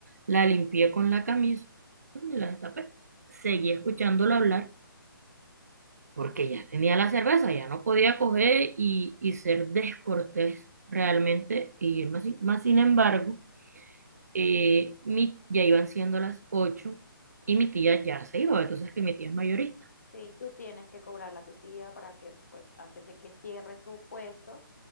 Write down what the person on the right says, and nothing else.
La limpié con la camisa y la destapé. Seguí escuchándola hablar porque ya tenía la cerveza, ya no podía coger y, y ser descortés realmente y irme así. Más sin embargo, eh, mi, ya iban siendo las ocho y mi tía ya se iba, entonces que mi tía es mayorista.